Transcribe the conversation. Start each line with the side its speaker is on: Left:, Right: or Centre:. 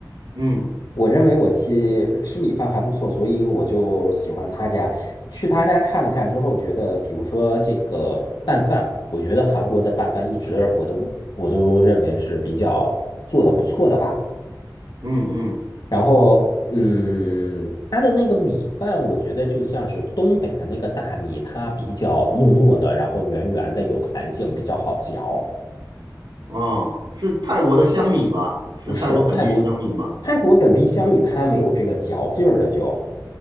Right: 嗯
Left: 我认为我吃吃米饭还不错，所以我就喜欢他家。去他家看了看之后，觉得比如说这个拌饭，我觉得韩国的拌饭一直我都我都认为是比较做的不错的吧。
Right: 嗯嗯，
Left: 然后，嗯，它的那个米饭，我觉得就像是东北的那个大米，它比较糯糯的，然后圆圆的，有弹性，比较好嚼。
Right: 哦，是泰国的香米吧？是泰国本地香米吗？
Left: 不是泰国，泰国本地香米它没有这个嚼劲儿了就，